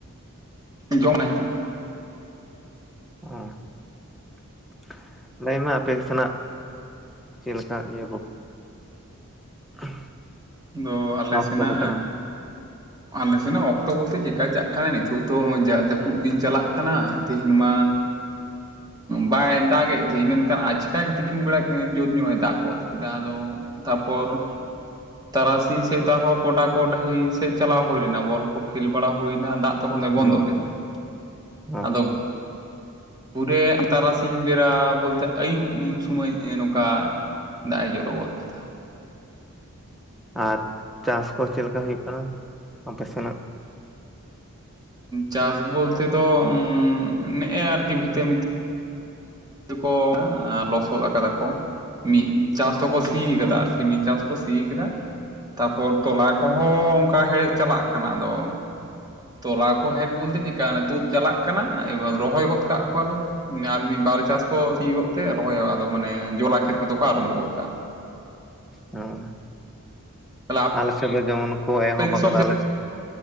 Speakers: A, on the right (about 15°); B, in the centre.
A: ᱡᱚᱢ <unintelligible>
B: <inaudible> ᱞᱟᱹᱭᱢᱮ ᱟᱯᱮ ᱥᱮᱱᱟᱜ ᱪᱮᱫ ᱞᱮᱠᱟ ᱤᱭᱟᱹ ᱠᱚ <unintelligible>
A: ᱫᱚ ᱟᱞᱮ
B: ᱚᱠᱛᱚ
A: ᱥᱮᱱᱟᱜ
B: ᱠᱚᱛᱮ ᱚ
A: ᱟᱞᱮ ᱥᱮᱱᱟᱜ ᱚᱠᱛᱚ ᱵᱚᱞᱛᱮ ᱪᱤᱠᱟ ᱪᱟ ᱠᱷᱮᱱᱮ ᱱᱤᱛᱚᱜ ᱫᱚ ᱡᱟᱜ ᱡᱟᱹᱯᱩᱫ ᱫᱤᱱ ᱪᱟᱞᱟᱜ ᱠᱟᱱᱟ ᱛᱮᱦᱤᱧ ᱢᱟ ᱵᱟᱭ ᱫᱟᱜ ᱜᱮ ᱛᱮᱦᱮᱧ ᱢᱮᱱᱠᱷᱟᱱ ᱟᱪᱠᱟ ᱜᱮ ᱛᱤᱠᱤᱱ ᱵᱮᱲᱟ ᱡᱩᱨ ᱧᱚᱜ ᱮ ᱫᱟᱜ ᱜᱚᱫ ᱠᱮᱫᱟ ᱟᱫᱚ ᱛᱟᱨᱯᱚᱨ ᱛᱟᱨᱟᱥᱤᱧ ᱥᱮᱫ ᱟᱨᱦᱚᱸ ᱜᱚᱰᱟ ᱠᱚ ᱰᱟᱹᱦᱤ ᱥᱮᱫ ᱪᱟᱞᱟᱣ ᱦᱩᱭ-ᱱᱟ ᱵᱚᱞ ᱠᱚ ᱠᱷᱮᱞ ᱵᱟᱲᱟ ᱦᱩᱭ-ᱱᱟ ᱫᱟᱜ ᱛᱚᱠᱷᱚᱱ ᱫᱚᱭ
B: ᱦᱩᱸ
A: ᱵᱚᱱᱫᱚᱭ ᱞᱮᱫᱟ
B: ᱚ
A: ᱟᱫᱚ ᱯᱩᱨᱮ ᱛᱟᱨᱟᱥᱤᱧ ᱵᱮᱲᱟ ᱵᱚᱞᱛᱮ ᱟᱹᱭᱩᱵ ᱥᱚᱢᱚᱭ ᱱᱚᱝᱠᱟᱭ ᱫᱟᱜ ᱡᱚᱨᱚ ᱜᱚᱫ ᱠᱮᱫᱟ
B: ᱟᱨ ᱪᱟᱥ ᱠᱚ ᱪᱮᱫ ᱞᱮᱠᱟ ᱦᱩᱭᱩᱜ ᱠᱟᱱᱟ ᱟᱯᱮ ᱥᱮᱱᱟᱜ
A: ᱪᱟᱥ ᱵᱚᱞᱛᱮ ᱫᱚ ᱩ ᱱᱮᱜᱼᱮ ᱟᱨᱠᱤ ᱵᱷᱤᱛᱟᱹ ᱢᱤᱛ ᱠᱚ ᱞᱚᱥᱚᱫ ᱟᱠᱟᱫᱟ ᱠᱚ ᱢᱤᱫ ᱪᱟᱥ ᱫᱚᱠᱚ ᱥᱤ ᱠᱟᱫᱟ
B: ᱚ
A: ᱟᱨᱠᱤ ᱢᱤᱫ ᱪᱟᱥ ᱠᱚ ᱥᱤ ᱠᱮᱫᱟ ᱛᱟᱯᱚᱨ ᱛᱚᱞᱟ ᱠᱚᱦᱚᱸ ᱚᱱᱠᱟ ᱦᱮᱲᱦᱮᱫ ᱪᱟᱞᱟᱜ ᱠᱟᱱᱟ ᱟᱫᱚ ᱛᱚᱞᱟ ᱠᱚ ᱦᱮᱡ ᱵᱚᱞᱛᱮ ᱪᱮᱫᱠᱟ ᱛᱩᱫ ᱪᱟᱞᱟᱜ ᱠᱟᱱᱟ ᱮᱵᱟᱨ ᱨᱚᱦᱚᱭ ᱜᱚᱫ ᱠᱟᱜ ᱠᱚᱣᱟ ᱫᱚ ᱟᱨ ᱢᱤᱫ ᱵᱟᱨ ᱪᱟᱥ ᱠᱚ ᱥᱤᱭ ᱜᱚᱫ ᱛᱮ ᱨᱚᱦᱚᱭᱚᱜᱼᱟᱫᱚ ᱢᱟᱱᱮ ᱡᱚᱞᱟ ᱠᱷᱮᱛ ᱠᱚᱫᱚ ᱠᱚ ᱟᱨᱟᱢᱵᱷᱚ ᱜᱚᱫ ᱠᱟᱜᱼᱟ᱾
B: ᱦᱚᱸ
A: ᱛᱟᱦᱚᱞᱮ
B: ᱟᱞᱮ ᱥᱮᱫ ᱫᱚ ᱡᱮᱢᱚᱱ ᱠᱚ
A: ᱟᱯᱮ
B: ᱮᱦᱚᱵ
A: ᱫᱤᱥᱚᱢ
B: ᱟᱠᱟᱫᱟ
A: ᱥᱮᱫ
B: ᱟᱞᱮ